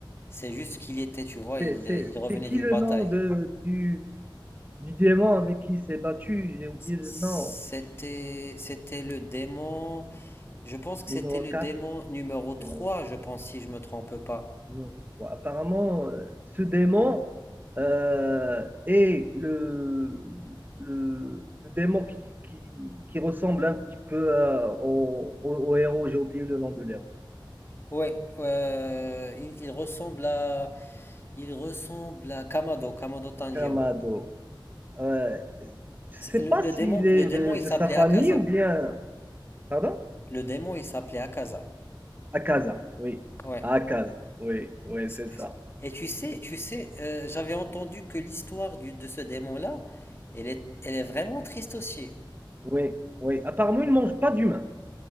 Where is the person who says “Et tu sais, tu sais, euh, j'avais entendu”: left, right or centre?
Left